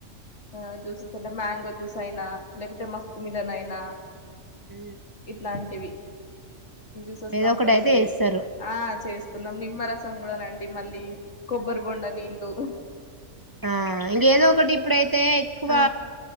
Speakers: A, on the left (about 60°); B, on the right (about 25°).
A: ఆ జ్యూసెస్ అంటే మ్యాంగో జ్యూస్ అయినా లేకుంటే మస్తమిదన్ అయినా
B: ఊ
A: ఇట్లాంటివి జ్యూసెస్
B: ఏదో
A: కంపల్సరీ
B: ఒకటి అయితే వేస్తారు
A: ఆ చేస్తున్నాం నిమ్మరసం కూడానండి మళ్ళీ కొబ్బరి బొండ నీళ్ళలు
B: ఆ ఇంకేదో ఒకటి ఇప్పుడైతే ఎక్కువ
A: ఆ